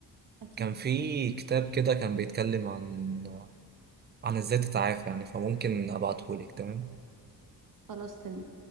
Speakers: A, on the right; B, on the right.
A: أكيد
B: كان في كتاب كده كان بيتكلم عن عن ازاي تتعافى يعني فممكن ابعتهولك تمام
A: خلاص تمام